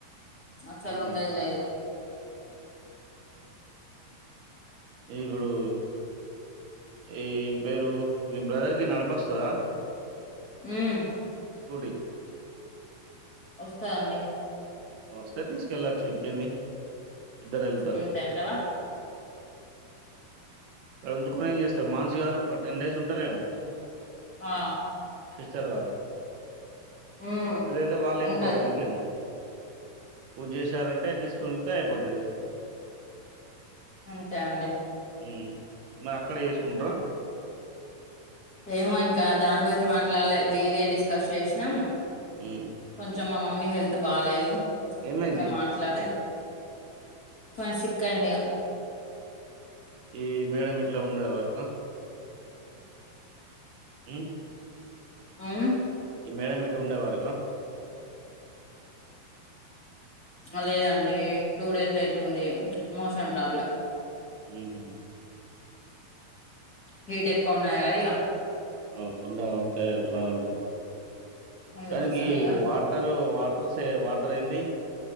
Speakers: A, on the left; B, on the right.
A: అసలు
B: ఉహు.
A: ఉండేదిలేదు
B: ఇప్పుడు ఈ పేరు మీ బ్రదర్ కి నడపస్తదా
A: మ్మ్
B: స్కూటి
A: వస్తది అండి
B: వస్తే తీసుకెళ్ళచ్చు ఇంకేన్ని ఇద్దరు వెళ్తారు
A: అంతే అంటావా
B: ఉంచుకుని ఏం చేస్తారు మాన్సి గారు టెన్ డేస్ ఉంటారేమో
A: ఆ
B: ఫిచర్ గారు
A: మ్మ్
B: అదయితే వాళ్ళు వెళ్ళిపోతారు
A: ఉంటది
B: ఇంకే ఊ చేశారంటే తీసుకుళ్తే అయిపోతుంది
A: అంతే అండి
B: ఉమ్. మరి అక్కడే చేసుకుంటార
A: ఏమో ఇంకా దాని గురించి మాట్లాడలేదు ఇదే డిస్కస్ చేసినాం
B: ఉ
A: కొంచెం మా మమ్మీ హెల్త్ బాలేదు
B: ఏమైంది
A: ఇక మాట్లాడి కొంచెం సిక్ అయింది ఇగ
B: ఈ మేడం ఇట్లా ఉండది వరకు ఉమ్.
A: అవు
B: ఈ మేడం ఇటు ఉండేవరక
A: లేదండి టూ డేస్ అయితుండంది మోసం ప్రాబ్లం
B: ఉహు
A: హీట్ ఎక్కువ ఉన్నాయి అది
B: అవు ఉంగుంటే ఎలాగుంటది
A: అందుకోసం
B: కానికి
A: ఇగ
B: వాటరు వాటర్ సే వాటర్ ఏంటి